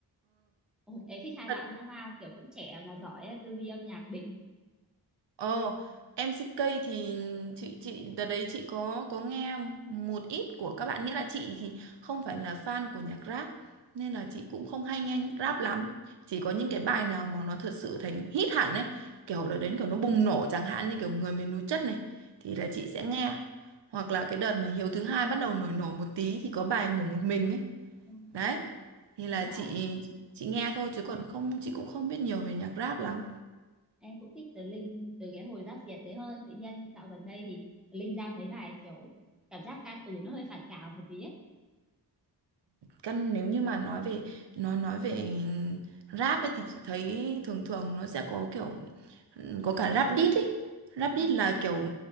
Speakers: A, in the centre; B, on the right.
A: Ôi, em thích hai
B: Ừ.
A: bạn dã man kiểu cũng trẻ mà giỏi á, tư duy âm nhạc đỉnh
B: Ờ, MCK thì chị chị đợt đấy chị có có nghe một ít của các bạn nghĩa là chị thì không phải là fan của nhạc rap nên là chị cũng không hay nghe rap lắm. Chỉ có những cái bài nào mà nó thật sự thành hit hẳn ấy, kiểu
A: Ừm,
B: đợt đến kiểu nó bùng nổ chẳng hạn như kiểu người miền núi chất này thì là chị sẽ nghe. Hoặc là cái đợt mà Hiếu thứ hai bắt đầu nổi nổi một tí thì có bài ngủ một mình ấy.
A: ừm.
B: Đấy. Thì là
A: nhưng
B: chị
A: mà
B: chị nghe thôi chứ còn không chị cũng không biết nhiều về nhạc rap lắm.
A: em cũng thích Tố Linh từ cái hồi giáp Việt đấy hơn tự nhiên dạo gần đây thì Tố Linh ra mấy bài kiểu cảm giác ca từ nó hơi phản cảm một tí á
B: căn nếu như mà nói về nói nói về rap ấy thì chị thấy thường thường nó sẽ có kiểu có cả rap diss ấy rap
A: Ừ.
B: diss là kiểu